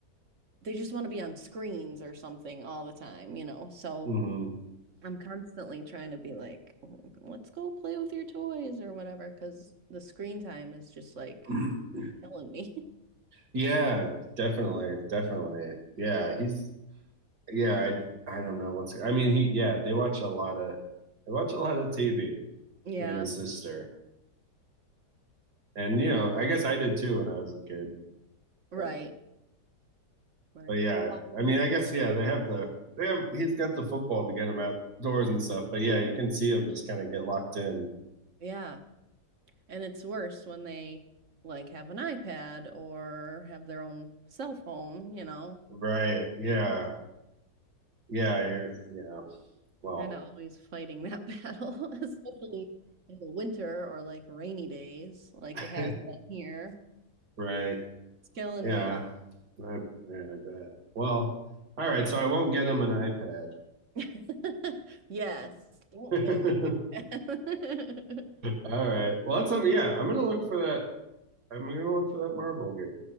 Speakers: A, on the right; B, on the right.
A: they just want to be on screens or something all the time, you know. So
B: hmm
A: I'm constantly trying to be like, let's go play with your toys or whatever, because the screen time is just like
B: <clears throat>
A: killing me. <laughs>
B: Yeah, definitely, definitely. Yeah, he's yeah, I I don't know what's I mean, he yeah, they watch a lot of they watch a lot of TV,
A: Yeah.
B: he and his sister. and you know, I guess I did too when I was a kid.
A: Right.
B: But
A: Right.
B: but yeah,
A: How old
B: I mean,
A: is
B: I guess yeah, they have the they have he's got the football to get him outdoors and stuff. But yeah, you can see him just kind of get locked in.
A: yeah. And it's worse when they like have an iPad or have their own cell phone, you know,
B: Right? Yeah, yeah, you're yeah. Well,
A: kind of always fighting that <laughs> battle, especially in the winter or like rainy days, like
B: <laughs>
A: it has been here.
B: right?
A: It's killing
B: Yeah,
A: me.
B: I, yeah, I bet. Well, all right. So I won't get him an iPad.
A: <laughs> Yes, don't
B: <laughs>
A: get them an iPad. <laughs>
B: All right. Well, that's something. Yeah, I'm gonna look for that I'm gonna look for that Marvel game.